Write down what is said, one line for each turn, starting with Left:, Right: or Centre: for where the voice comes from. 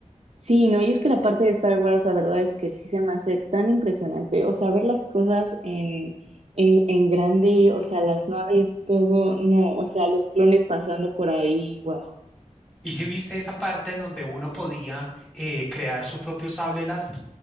Right: Sí, no, y es que la parte de Star Wars, la verdad es que sí se me hace tan impresionante. O sea, ver las cosas en, en, en grande, o sea, las naves, todo, no, o sea, los clones pasando por ahí, wow.
Centre: ¿Y si viste esa parte donde uno podía eh, crear su propio sable láser?